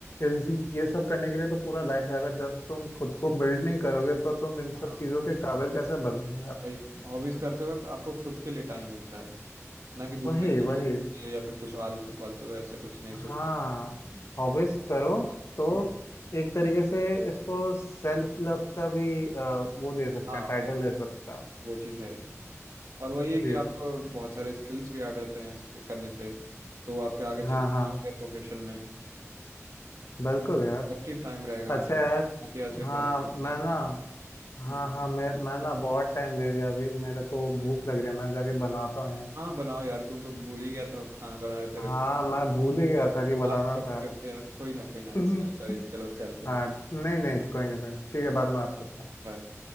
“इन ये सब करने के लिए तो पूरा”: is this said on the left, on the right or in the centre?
Left